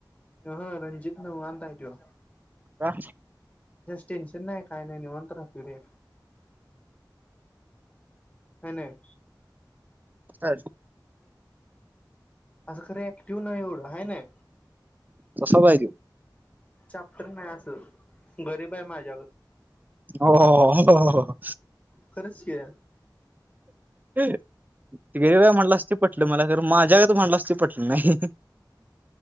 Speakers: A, on the left; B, on the right.
A: हा रणजित न वानाय गो
B: का
A: टेन्शन नाही काय नाही नि म्हणत राख रे ह नाही
B: अ
A: असं खर ऍक्टिव्ह नाही एवढं आहे ना
B: तस बायजे
A: ॅप्टर नाही असं गरीब आहे माझ्यावर
B: हो हो
A: खरंच के.
B: गेरी व म्हणलं अस पटलं मला खर माझ्याकडे म्हटलं असत पटलं नाही.